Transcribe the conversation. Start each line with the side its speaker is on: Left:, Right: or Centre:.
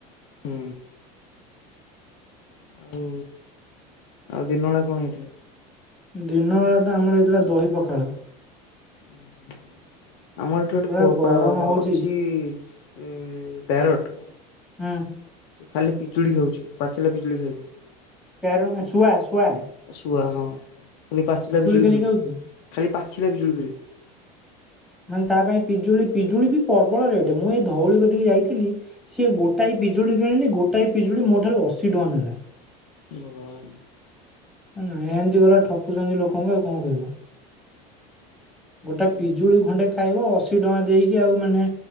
Left: ହୁଁ। ଆଉ ଆଉ ଦିନବେଳା କଣ ହେଇଥିଲ?
Centre: ଦିନ ବେଳା ତ ଆମର ଏଇଥିଲା ଦହି ପଖାଳ।
Left: ଉଁ ହୁଁ ହୁଁ ଆମର ଏଠି ଗୋଟେ
Centre: ଯୋଉଭଳିଆ
Left: ପୋ
Centre: ଗରମ
Left: ପା
Centre: ହଉଛି
Left: ଅଛି ପ୍ୟାରଟ
Centre: ହୁଁ
Left: ସେ ଖାଲି ପିଜୁଳି ଖାଉଛି ପାଚିଲା ପିଜୁଳି ଖାଇବ।
Centre: ପ୍ୟାରଟ ମାନେ ଶୁଆ ଶୁଆ।
Left: ଶୁଆ ହଁ। ଖାଲି ପାଚିଲା ପିଜୁଳି
Centre: ଖେଳିକି
Left: ଖାଉଚି
Centre: ଆଉଛି
Left: ଖାଲି ପାଚିଲା ପିଜୁଳି ଫେରେ
Centre: ମାନେ ତା ପାଇଁ ପିଜୁଳି ପିଜୁଳି ବି ପ୍ରବଳ ରେଟ୍ ମୁଁ ଏଇ ଧଉଳି କତିକି ଯାଇଥିଲି ସିଏ ଗୋଟାଏ ପିଜୁଳି କିଣିଲି ଗୋଟାଏ ପିଜୁଳି ମୋ ଠାରୁ ଅଶୀ ଟଙ୍କା ନେଲା।
Left: ଭଗବାନ।
Centre: ମାନେ ଏମିତି ଗଲା ଠକୁଚନ୍ତି ଲୋକଙ୍କୁ ଆଉ କଣ କହିବ ଗୋଟେ
Left: ହୁଁ
Centre: ପିଜୁଳି ଖଣ୍ଡେ ଖାଇବ ଅଶୀ ଟଙ୍କା ଦେଇକି ଆଉ ମାନେ